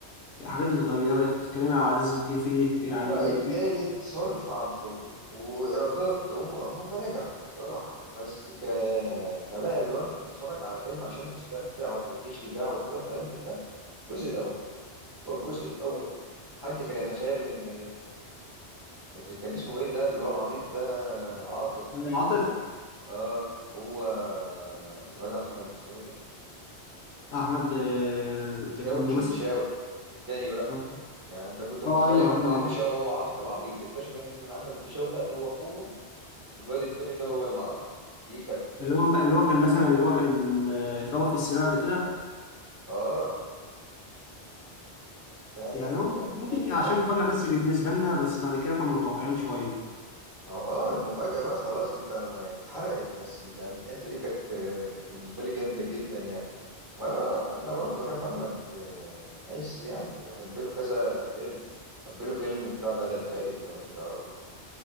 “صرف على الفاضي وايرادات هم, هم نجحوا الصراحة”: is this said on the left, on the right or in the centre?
Right